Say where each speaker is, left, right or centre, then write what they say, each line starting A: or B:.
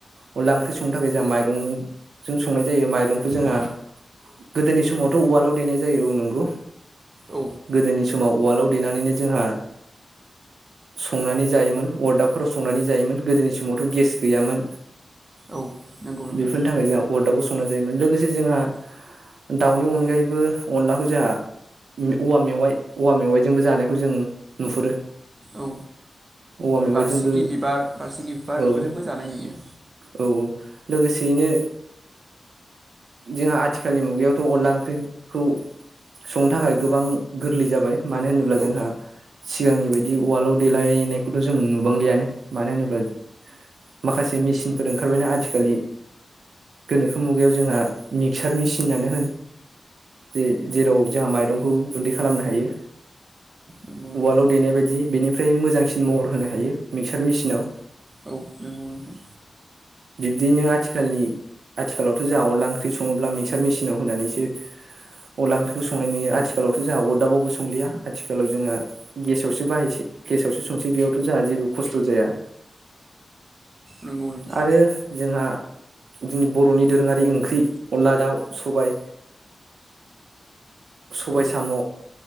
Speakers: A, on the right; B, on the right.
A: अनला ओंख्रि संनो थाखाय जोंहा माइरंजों संनाय जायो माइरंखौ जोंहा
B: औ
A: गोदोनि समावथ' उवालाव देनाय जायो नंगौ
B: औ
A: गोदोनि समाव उवालाव देनानैनो जोंहा संनानै जायोमोन अरदाबफोराव संनानै जायोमोन गोदोनि समावथ' गेस गैयामोन
B: औ नंगौ नोंथां
A: बेफोरनि थाखाय जोंहा अरदाबाव संना-' जायोमोन लोगोसे जोंहा दाउनि अनगायैबो अनलाखौ जोंहा औवा मेवाइ औवा मेवाइजोंबो जानायखौ जों नुहुरो
B: औ
A: औवा
B: आरो
A: मेवाइजोंबो
B: बारसिखि बिबार बारसिखि बिबार
A: औ
B: बेफोरजोंबो जानाय नुयो
A: औ लोगोसेयैनो जोंहा आथिखालनि मुगायावथ' अनला ओंख्रिखौ संनो थाखाय गोबां गोरलै जाबाय मानो होनोब्ला
B: औ
A: जोंहा सिगांनि बायदि वालाव देलायनायखौथ' जों नुबांलियानो मानो होनोब्ला माखासे मेसिनफोर ओंखारबायना आथिखालनि गोनोखो मुगायाव जोंहा मिक्सार मेसिनानो होन जे जेराव जोंहा माइरंखौ गुन्दै खालामनो हायो
B: नंगौ नोंथां
A: वालाव देनायबायदि बेनिफ्राय मोजांसिन महर होनो हायो मिक्सार मेसिनाव
B: औ नंगौ नोंथां
A: बिब्दिैनो आथिखालनि आथिखालावथ' जोंहा अनला ओंख्रि सङोब्ला मिक्सार मेसिनाव होनानैसो अनला ओंख्रिखौ संनाय नुयो आथिखालावथ' जोंहा अरदाबावबो संलिया आथिखालाव जोंङो गेसावसो बाहायसै गेसावसो संसै बेयावथ' जोंहा जेबो खस्थ' जाया
B: नंगौ नोंथां
A: आरो जोंहा जोंनि बर'नि दोरोङारि ओंख्रि अनला दाउ सबाय सबाय
B: औ
A: साम'